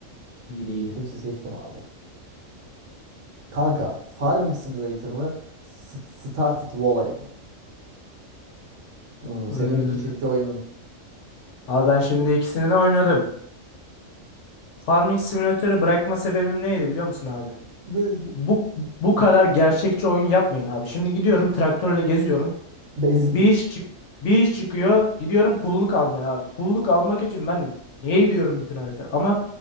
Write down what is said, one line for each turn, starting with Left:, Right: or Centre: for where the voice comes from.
Left: İyiydi iyiydi.
Right: Sims'i seçtim abi. Kanka Farming Simulator mı? S- Started Valley mi? Hmm,
Left: Hmm.
Right: senin iki çiftçi oyunun.
Left: Abi ben şimdi ikisini de oynadım. Farming Simulator'ı bırakma sebebim neydi biliyor musun abi?
Right: Neydi?
Left: Bu bu kadar gerçekçi oyun yapmayın abi. Şimdi gidiyorum traktörle geziyorum.
Right: Benzin
Left: Bir
Right: bit.
Left: iş çık bir iş çıkıyor. Gidiyorum pulluk almaya abi. Pulluk almak için ben niye gidiyorum bütün harita? Ama